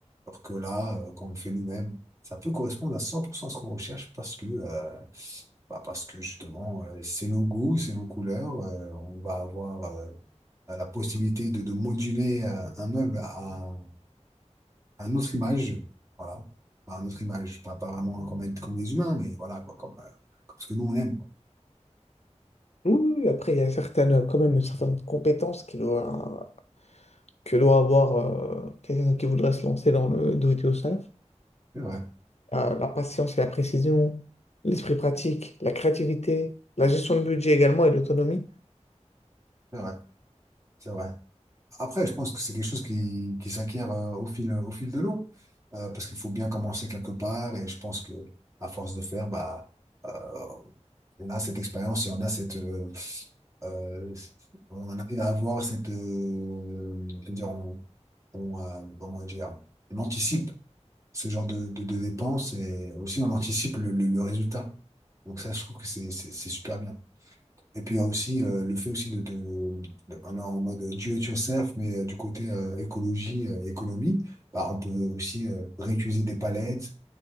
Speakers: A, on the right; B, on the left.
A: Alors que là, euh, quand on le fait nous-mêmes, ça peut correspondre à 100% à ce qu'on recherche parce que, euh, bah, parce que justement, euh, c'est nos goûts, c'est nos couleurs. euh, on va avoir euh, la possibilité de, de moduler euh, un meuble à, à une autre image. Voilà. Pas une autre image, pas, pas vraiment comme, être- comme des humains, mais voilà, quoi, comme, euh, comme ce que nous, on aime, quoi.
B: Oui, oui, oui, après, il y a certaines, quand même certaines compétences qui doit, que doit avoir euh, quelqu'un qui voudrait se lancer dans le do it yourself.
A: C'est vrai,
B: Euh, la patience et la précision, l'esprit pratique, la créativité, la gestion de budget également et l'autonomie.
A: c'est vrai, c'est vrai. Après, je pense que c'est quelque chose qui, qui s'acquiert euh, au fil, au fil de l'eau, Euh, parce qu'il faut bien commencer quelque part, et je pense que à force de faire, bah, euh, on a cette expérience et on a cette, euh, euh, on en arrive à avoir cette, euh, c'est-à-dire on, on, euh, comment dire, on anticipe ce genre de, de, de dépenses et aussi on anticipe le, le, le résultat. Donc ça, je trouve que c'est c'est- c'est super bien. Et puis il y a aussi euh, le fait aussi de, de, de- on est en mode do it yourself, mais euh, du côté euh, écologie euh, et économie, bah, on peut aussi euh, réutiliser des palettes,